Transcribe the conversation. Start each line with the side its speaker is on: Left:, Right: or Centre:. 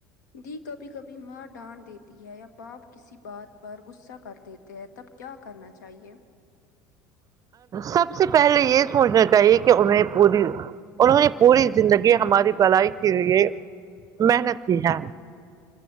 Left: دی کبھی کبھی ماں ڈانٹ دیتی ہے یا پاپ کسی بات پر غصہ کر دیتے ہیں تب کیا کرنا چاہیے
Right: سب سے پہلے یہ سوچنا چاہیے کہ انہیں پوری انہوں نے پوری زندگی ہماری بلائی کے لیے محنت کی ہے